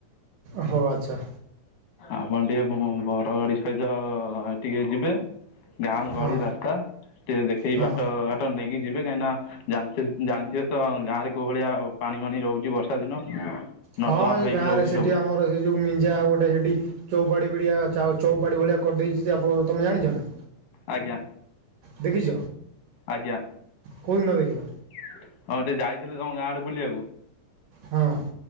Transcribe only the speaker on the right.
ହଉ, ଆଚ୍ଛା।
ହଁ
ହଁ
ହଁ ଏଇ
ଗାଁରେ
ସେଠି
ଆମର ସେ ଯୋଉ ମିଞ୍ଜା ଆଉ ଗୋଟେ ହେ ଡି ଚଉପାଡି ଭଳି ଚା ଚଉପାଡି ଭଳିଆ କରିଦେଇଛି ପା ତମେ ଜାଣିଛ ନା?
ଦେଖିଛ
କେଉଁଦିନ
ଦେଖିଲ
ହଁ।